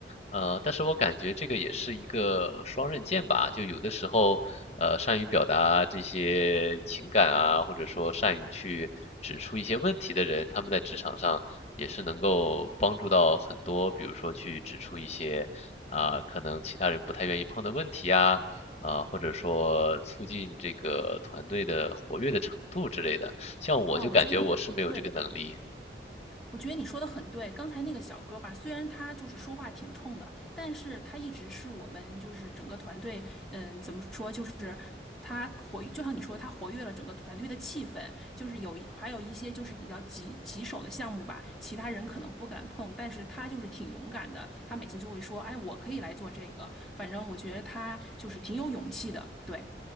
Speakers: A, on the left; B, in the centre.
A: 呃，但是我感觉这个也是一个双刃剑吧，就有的时候，呃，善于表达这些情感啊，或者说善于去指出一些问题的人，他们在职场上也是能够帮助到很多，比如说去指出一些啊，可能其他人不太愿意碰的问题啊。啊、或者说促进这个团队的活跃的程度之类的。像我就感觉我是没有这个能力。
B: 哇，我觉得你对。我觉得你说的很对，刚才那个小哥吧，虽然他就是说话挺冲的，但是他一直是我们就是整个团队，嗯，怎么说，就是他活，就像你说，他活跃了整个团队的气氛，就是有一还有一些就是比较棘棘手的项目吧，其他人可能不敢碰，但是他就是挺勇敢的，他每次就会说，哎，我可以来做这个，反正我觉得他就是挺有勇气的，对。